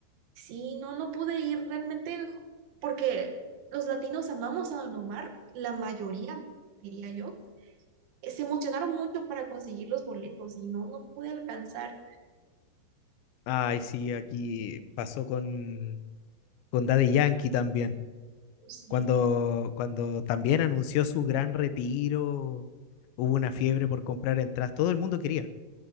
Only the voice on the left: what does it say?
Ay, sí, aquí pasó con, con Daddy Yankee también.
Cuando, cuando también anunció su gran retiro, hubo una fiebre por comprar entradas. Todo el mundo quería,